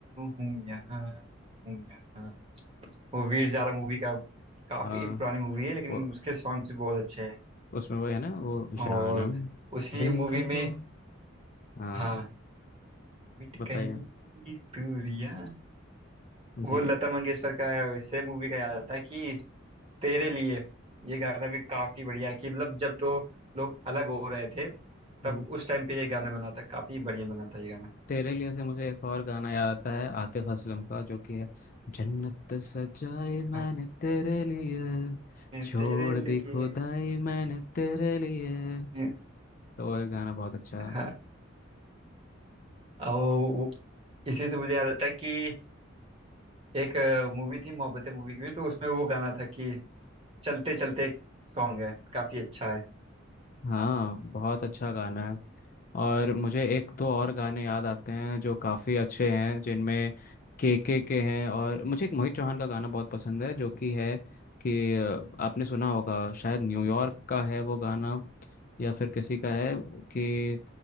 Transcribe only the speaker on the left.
हाँ
वो
उसमें वो है ना वो
जानम
देख
लो
हाँ
बताइए
जी
हम्म,
तेरे लिए से मुझे एक और गाना याद आता है आतिफ असलम का जो कि है जन्नत सजाई मैंने
तेरे लिए
छोड़
दी खुदाई मैंने तेरे लिए
तो वो गाना बहुत अच्छा
हाँ बहुत अच्छा गाना है और मुझे एक दो और गाने याद आते हैं जो काफ़ी अच्छे हैं जिनमें के के के हैं और मुझे एक मोहित चौहान का गाना बहुत पसंद है जो कि है कि अ, आपने सुना होगा शायद न्यूयॉर्क का है वो गाना या फिर किसी का है कि